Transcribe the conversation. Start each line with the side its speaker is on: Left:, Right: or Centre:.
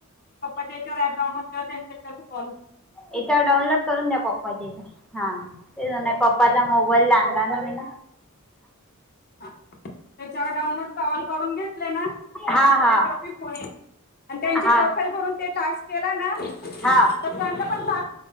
Left: त्याच्यावरपडाऊन असत त्यां फॉल हो.
Centre: इथवर डाऊनलोड करून द्या प हा ते पप्पाचा मोबाईल लाला ना ना.
Left: त्याच्यावर डाउनलोड तर ऑल करून घेतले ना, तर
Centre: हा
Left: मग
Centre: हा.
Left: त्याच्यावर फोनेत आणि त्यांची
Centre: हा
Left: प्रोफाईल भरून ते टास्क केला ना. ण
Centre: हा
Left: बा